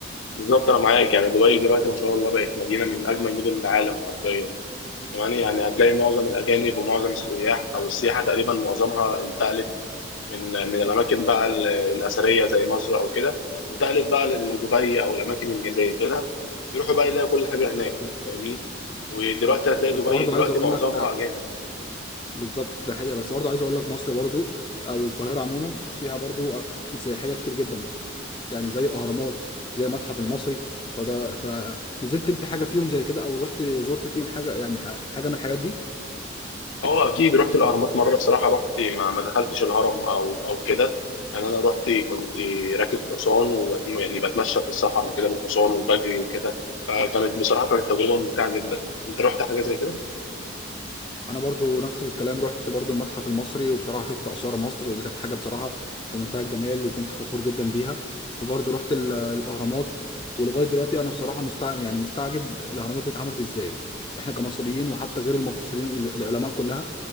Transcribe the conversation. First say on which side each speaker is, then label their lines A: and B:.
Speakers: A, on the left; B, on the left.
A: بالظبط انا معاك يعني دبي دلوقتي ما شاء الله بقت مدينه من اجمل مدن العالم حرفيا كمان يعني هتلاقي معظم الاجانب ومعظم السياح او السياحه تقريبا معظمها انتقلت من من الاماكن بقى ال- الاثريه زي مصر او كده انتقلت بقى لدبي او الاماكن اللي زي كده يروحوا بقى يلاقوا كل حاجه هناك
B: بالظبط
A: فاهمني ودلوقتي
B: بالظبط
A: هتلاقي
B: بس
A: دبي
B: برضه
A: دلوقتي
B: عايز أقول
A: معظمها
B: لك
A: اجانب
B: بالظبط ده حقيقه بس برضه عايز اقول لك مصر برضه او القاهره عموما فيها برضه اماكن سياحيه كتير جدا برضه يعني زي الاهرامات زي المتحف المصري فده فنزلت انت حاجه فيهم زي كده او رحت زرت فيهم حاجه يعني ح- حاجه من الحاجات دي
A: اه اكيد رحت الاهرامات مره بصراحه رحت ما, ما دخلتش الهرم او او كده يعني انا رحت كنت راكب حصان وبت... يعني بتمشى في الصحراء وكده بالحصان وبجري وكده فكانت بصراحه كانت تجربه ممتعه جدا انت رحت حاجه زي كده
B: انا برضو نفس الكلام رحت برضو المتحف المصري وبصراحه شفت اثار مصر ودي كانت حاجه بصراحه في منتهى الجمال وكنت فخور جدا بيها وبرضو رحت ال- الاهرامات ولغايه دلوقتي انا بصراحه مستع... يعني مستعجب الاهرامات دي اتعملت ازاي احنا كمصريين وحتى غير المصريين والعلماء كلها